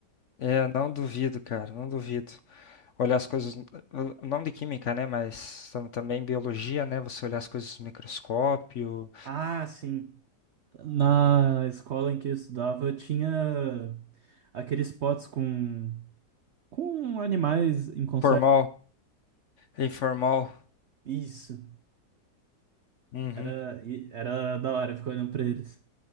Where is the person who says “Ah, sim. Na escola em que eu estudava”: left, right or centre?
Right